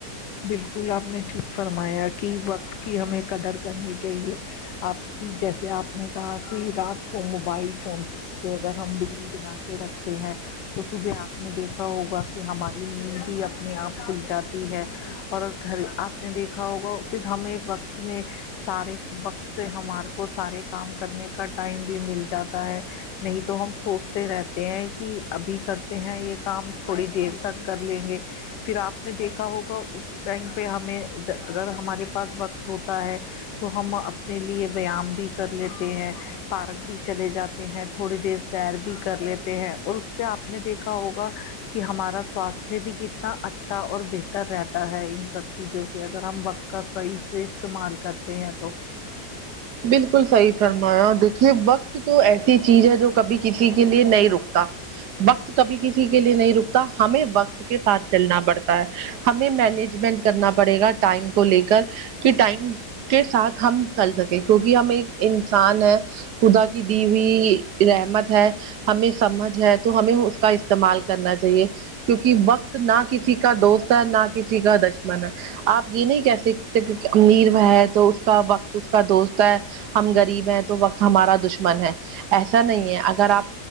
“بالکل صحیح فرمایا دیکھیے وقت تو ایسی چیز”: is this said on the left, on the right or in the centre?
Right